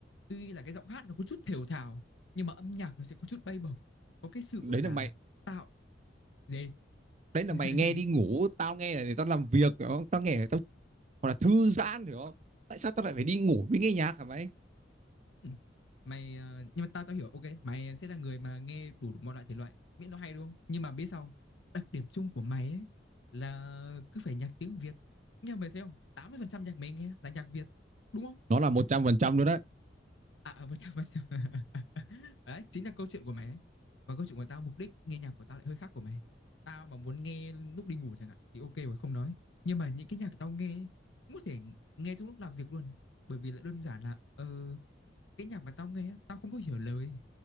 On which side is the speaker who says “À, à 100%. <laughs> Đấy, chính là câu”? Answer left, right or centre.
Left